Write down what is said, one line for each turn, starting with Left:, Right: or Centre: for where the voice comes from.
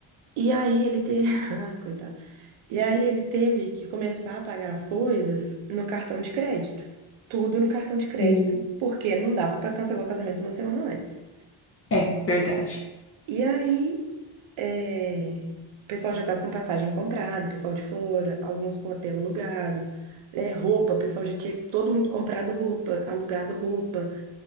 Right: E aí ele teve. <laughs> Ai, coitado. E aí ele teve que começar a pagar as coisas no cartão de crédito. Tudo no cartão de crédito,
Left: Sim.
Right: porque não dava para cancelar o casamento uma semana antes.
Left: É, verdade.
Right: E aí. É, o pessoal já estava com passagem comprada, o pessoal de fora, alguns com hotel alugado, é, roupa, o pessoal já tinha todo mundo comprado roupa, alugado roupa.